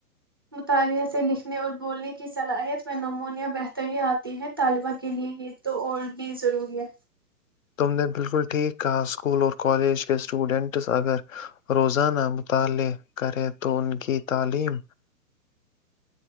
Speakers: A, on the right; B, on the left.
A: مطالعہ سے لکھنے اور بولنے کی صلاحیت میں نمونیہ بہتری آتی ہے طالبہ کے لیئے یہ تو اور بھی ضروری ہے
B: تم نے بالکل ٹھیک کہا اسکول اور کالج کے اسٹوڈنٹس اگر روزانہ مطالعہ کرے تو ان کی تعلیم